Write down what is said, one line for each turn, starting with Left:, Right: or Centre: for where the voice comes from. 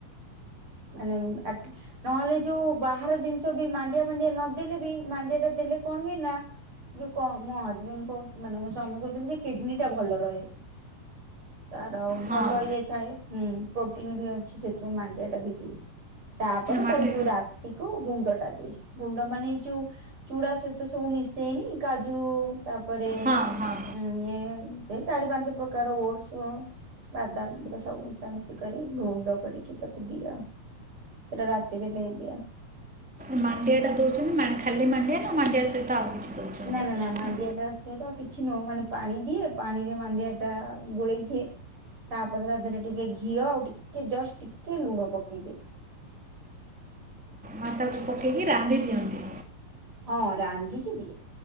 Right: ମାନେ ନହେଲେ ଯୋଉ ବାହାର ଜିନିଷ ବି ମାଣ୍ଡିଆ ଫାଣ୍ଡିଆ ନଦେଲେ ବି ମାଣ୍ଡିଆ ଟା ଦେଲେ କଣ ହୁଏ ନା ଯୋଉ କ ମୋ ହଜବେଣ୍ଡ କ ମାନେ ମୋ ସ୍ଵାମୀ କହୁଥିଲେ ଯେ କିଡନୀ ଟା ଭଲ ରହେ। ତାର ଆଉ ଭଲ
Centre: ହଁ
Right: ଇଏ ଥାଏ ହୁଁ ପ୍ରୋଟିନ ବି ଅଛି ସେଥିପାଇଁ ମାଣ୍ଡିଆ ଟା ବି ଦିଏ। ତାପରେ
Centre: ମାଣ୍ଡି
Right: ତାର ଯୋଉ ରାତି କୁ ଗୁଣ୍ଡ ଟା ଦିଏ ଗୁଣ୍ଡ ମାନେ ଏଇ ଯୋଉ ଚୁଡା ସହିତ ସବୁ ମିଶେଇନି କାଜୁ ତାପରେ
Centre: ହଁ ହଁ
Right: ଇଏ ଚାରି ପାଞ୍ଚ ପ୍ରକାର ଓଡସ ବାଦାମନ୍ଦୁରା ସବୁ ମିଶାମିଶି କରି ଗୁଣ୍ଡ କରିକି ତାକୁ ଦିଏ ଆଉ। ସେଟା ରାତିରେ ଦେଇଦିଆ
Centre: ମାଣ୍ଡିଆ ଟା ଦଉଛନ୍ତି ଖାଲି ମାଣ୍ଡିଆ ନା ମାଣ୍ଡିଆ ସହିତ ଆଉ କିଛି? ଦେଉଛନ୍ତି
Right: ନା ନା ନା ମାଣ୍ଡିଆଟ୍ର ସହିତ ଆଉ କିଛି ନୁହଁ ମାନେ ପାଣି ଦିଏ ପାଣି ରେ ମାଣ୍ଡିଆ ଟା ଗୋଳେଇ ଦିଏ ତାପରେ ତା ଦେହରେ ଟିକେ ଘିଅ ଆଉ ଟିକେ ଜଷ୍ଟ ଟିକେ ଲୁଣ ପକେଇଦିଏ।
Centre: ମା ତାଙ୍କୁ ପକେଇକି ରାନ୍ଧି ଦିଅନ୍ତି।
Right: ହଁ ରାନ୍ଧିକି ଦିଏ